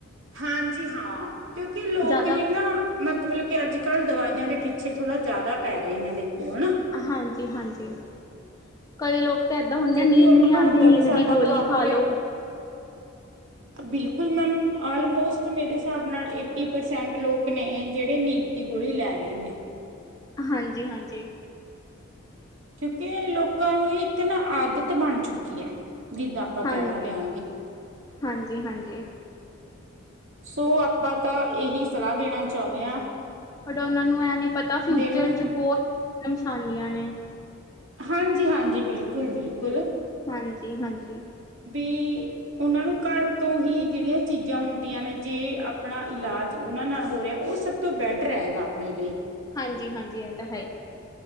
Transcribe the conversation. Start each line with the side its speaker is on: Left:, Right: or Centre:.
Right: ਹਾਂਜੀ- ਹਾਂ ਕਿਉਂਕਿ ਲੋਕ
Left: ਜ਼ਿਆਦਾ
Right: ਨੇ ਨਾ ਮਤਬਲ ਕਿ ਅੱਜ ਕੱਲ ਦਵਾਈਆਂ ਦੇ ਪਿੱਛੇ ਥੋੜ੍ਹਾ ਜਾਦਾ ਪੈ ਰੇ ਨੇ ਦੇਖੋ ਹਣਾ।
Left: ਹਾਂਜੀ- ਹਾਂਜੀ। ਕਈ ਲੋਕ ਤਾਂ ਏਦਾਂ ਹੁੰਦੇ
Right: ਕਿਉਂਕਿ
Left: ਨੀਂਦ
Right: ਉਹਨਾਂ
Left: ਨੀ
Right: ਨੂੰ
Left: ਆਂਦੀ
Right: ਹੁੰਦਾ
Left: ਨੀਂਦ
Right: ਵੀ ਸਾਡਾ
Left: ਦੀ ਗੋਲੀ
Right: ਪ੍ਰੋਪਰ
Left: ਖਾ ਲੋ।
Right: <inaudible> ਬਿਲਕੁਲ ਮੈਮ ਆਲਮੋਸਟ ਮੇਰੇ ਹਿਸਾਬ ਨਾਲ ਏਟੀ ਪਰਸੈਂਟ ਲੋਕ ਨੇ ਜਿਹੜੇ ਨੀਦ ਦੀ ਗੋਲੀ ਲੈ ਰਹੇ ਨੇ।
Left: ਹਾਂਜੀ- ਹਾਂਜੀ।
Right: ਕਿਉਂਕਿ ਲੋਕਾਂ ਨੂੰ ਇੱਕ ਨਾ ਆਦਤ ਬਨ ਚੁੱਕੀ ਐ, ਜਿੱਦਾਂ- ਆਪਾਂ ਕਹਿ
Left: ਹਾਂਜੀ,
Right: ਦਿੰਦੇ ਆਂਗੇ
Left: ਹਾਂਜੀ- ਹਾਂਜੀ।
Right: ਸੋ ਆਪਾਂ ਤਾਂ ਇਹੀ ਸਲਾਹ ਦੇਨਾ ਚਾਹੁੰਨੇ ਆ।
Left: ਪਰ ਉਹਨਾਂ ਨੂੰ ਇਹ ਨੀ ਪਤਾ ਫਿਊਚਰ
Right: ਨੂੰ
Left: ਚ ਬੋਤ ਪਰੇ ਸਾ਼ਨੀਆਂ ਨੇ।
Right: ਹਾਂਜੀ- ਹਾਂਜੀ ਬਿਲਕੁਲ- ਬਿਲਕੁਲ।
Left: ਹਾਂਜੀ- ਹਾਂਜੀ।
Right: ਬੀ, ਉਹਨਾਂ ਨੂੰ ਘਰ ਤੋਂ ਹੀ ਜਿਹੜੀਆਂ ਚੀਜ਼ਾਂ ਹੁੰਦੀਆਂ ਨੇ ਜੇ ਆਪਨਾ ਇਲਾਜ ਉਹਨਾਂ ਨਾਲ ਹੋ ਰਿਹਾ ਉ ਸਭ ਤੋਂ ਬੈਟਰ ਰਹੈਗਾ ਆਪਣੇ ਲਈ।
Left: ਹਾਂਜੀ- ਹਾਂਜੀ ਇਹ ਤਾਂ ਐ ਹੀ।